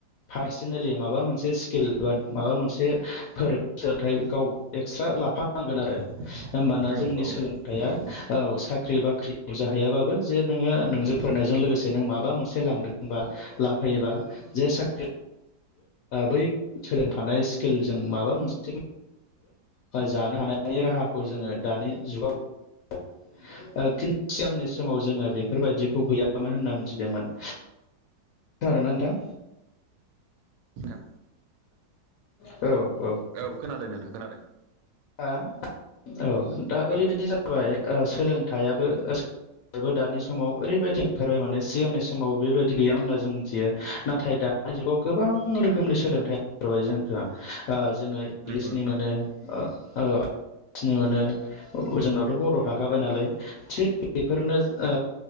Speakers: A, on the left; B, on the right.
A: पार्सनेलि माबा मोनसे स्किल बा माबा मोनसोलोंथाइ गाव एक्सट्रा लाफा नांगोन आरो
B: <inaudible>
A: होमबाना जोंनि
B: औ औ
A: सोलोंथाइया
B: औ नंगौ
A: औ साख्रि बाख्रि जाहैयाबाबो जे नोङो नोंजों
B: उम
A: फरायनायजों
B: उम
A: लोगोसे नो माबा मोनसे लांदोंबा लाफायोबा जे साख्रिबो बै सोलोंफानाय स्किलजों माबा मोनसे जानो हानायनि राहाखौ जोङो दानि जुगाव खिन् <unintelligible> सिगांनि समाव जोङो बेफोरबायदिखौ गैयामोन होनना मिथिदोंमोन थार आरोना नोंथां
B: नोंथां
A: औ औ
B: औ खोनादों नोंथां खोनादों।
A: औ दा
B: औ
A: ओरैबायदि जाबाय सोलोंथाइयाबो ओ बेबो दानि समाव ओरैबायदि ओंखारबाय माने सिगांनि समाव बेबायादि गैयामोन होनना जों मिथियो। नाथाय दा दानि जुगाव गोबां रोखोमनि सोलोंथाइबाय जोंहा। ओ जोङो इंलिसनि
B: नंगौ नोंथां
A: मोनो ओ ओ इंलिसनि मोनो, ओ जोंनावथ' बर' थाखाबाय नालाय। थिग बेफोरनो ओ